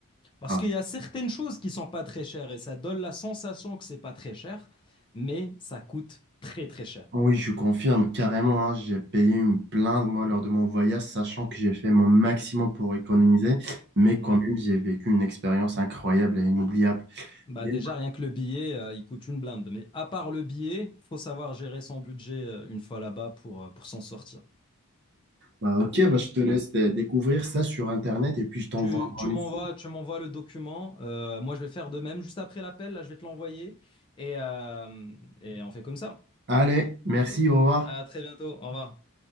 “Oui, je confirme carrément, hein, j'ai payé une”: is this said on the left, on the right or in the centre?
Right